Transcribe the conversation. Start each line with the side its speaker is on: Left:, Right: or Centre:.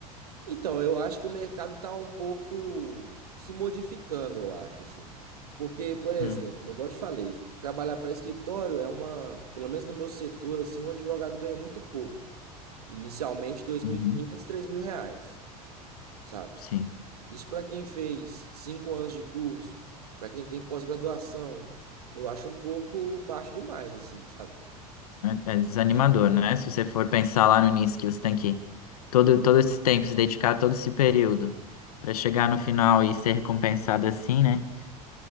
Right: Então, eu acho que o mercado tá um pouco se modificando, eu acho, assim. Porque, por exemplo,
Left: Hum.
Right: igual eu te falei, trabalhar para escritório é uma, pelo menos no meu setor, assim, um advogado ganha muito pouco. Inicialmente, 2.500,
Left: Uhum.
Right: mil e quinhentos, três mil reais, sabe?
Left: Sim.
Right: Isso para quem fez cinco anos de curso, para quem tem pós-graduação, eu acho um pouco baixo demais, assim, sabe?
Left: É, é é desanimador,
Right: Baixo.
Left: né? Se você for pensar lá no início que você tem que todo, todo esse tempo, se dedicar a todo esse período para chegar no final e ser recompensado assim, né?